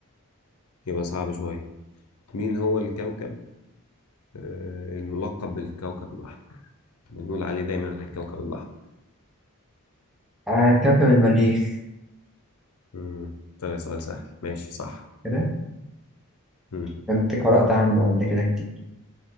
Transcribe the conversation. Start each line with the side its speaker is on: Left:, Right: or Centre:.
Left: يبقى صعب شوية مين هو الكوكب آه، الملقب بالكوكب الأحمر بنقول عليه دايما الكوكب الأحمر
Centre: آه، كوكب المريخ
Left: مم. طلع سؤال سهل ماشي صح
Centre: كده
Left: مم.
Centre: كنت قرأت عنه قبل كده كتير